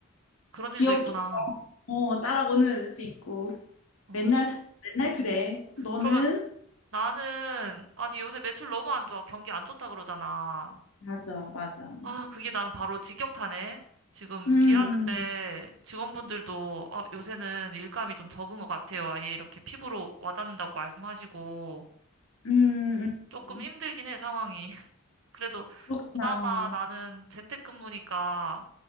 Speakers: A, on the right; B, on the left.
A: 그런
B: 귀엽게
A: 일도 있구나.
B: 어, 따라오는 애들도 있고
A: 어.
B: 맨날 다- 맨날 그래. 너는?
A: 그러면 나는, 아니, 요새 매출 너무 안 좋아. 경기 안 좋다 그러잖아.
B: 맞아, 맞아.
A: 아, 그게 나는 바로 직격타네. 지금
B: 음,
A: 일하는데 직원분들도, 어, 요새는 일감이 좀 적은 것 같아요. 아예 이렇게 피부로 와닿는다고 말씀하시고.
B: 음, 음.
A: 조금 힘들긴 해, 상황이. <laughs> 그래도
B: 그렇구나.
A: 그나마 나는 재택근무니까